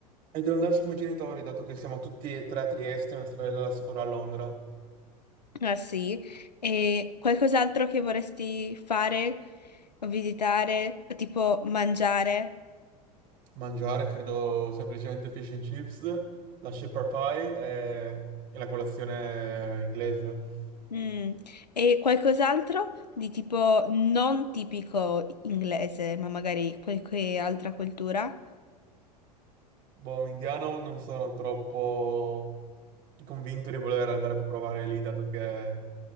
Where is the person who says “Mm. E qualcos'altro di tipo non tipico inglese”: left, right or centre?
Left